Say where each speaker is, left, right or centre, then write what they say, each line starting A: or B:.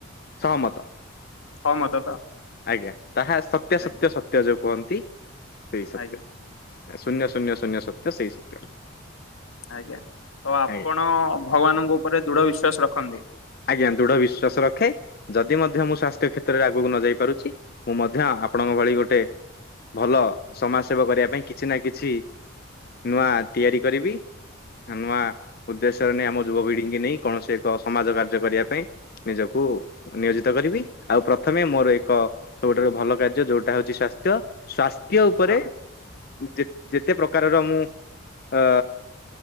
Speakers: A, on the left; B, on the left.
A: ସହମତ।
B: ସହମତ ତ?
A: ଆଜ୍ଞା ତାହା ସତ୍ୟ
B: ଆଜ୍ଞା
A: ସତ୍ୟ ସତ୍ୟ ଯୋଉ କୁହନ୍ତି ସେଇ ସତ୍ୟ।
B: ଆଜ୍ଞା
A: ଏ ଶୂନ୍ୟ ଶୂନ୍ୟ ଶୂନ୍ୟ ସତ୍ୟ ସେଇ ସତ୍ୟ।
B: ଆଜ୍ଞା ତ ଆପଣ
A: ଆଜ୍ଞା
B: ଭଗବାନଙ୍କ ଉପରେ ଦୃଢ ବିଶ୍ଵାସ ରଖନ୍ତି?
A: ଆଜ୍ଞା ଦୃଢ ବିଶ୍ଵାସ ରଖେ। ଯଦି ମଧ୍ୟ ମୁଁ ସ୍ଵାସ୍ଥ୍ୟ କ୍ଷେତ୍ରରେ ଆଗୁକୁ ନ ଯାଇ ପାରୁଚି ମୁଁ ମଧ୍ୟ ଆପଣଙ୍କ ଭଳି ଗୋଟେ ଭଲ ସମାଜ ସେବା କରିବା ପାଇଁ କିଛି ନା କିଛି ନୂଆ ତିଆରି କରିବି। ନୂଆ ଉଦ୍ଦେଶ୍ୟରେ ନେଇ ଆମ ଯୁବ ପିଢି଼ଙ୍କି ନେଇ କୌଣସି ଏକ ସମାଜ କାର୍ଯ୍ୟ କରିବା ପାଇଁ। ନିଜକୁ ନିୟୋଜିତ କରିବି ଆଉ ପ୍ରଥମେ ମୋର ଏକ ସବୁଠାରୁ ଭଲ କାର୍ଯ୍ୟ ଯୋଉଟା ହଉଚି ସ୍ବା ତ୍ୟ ସ୍ବାସ୍ଥ୍ୟ ଉପରେ
B: ହଁ
A: ଯେ ଯେତେ ପ୍ରକାରର ମୁଁ ଅ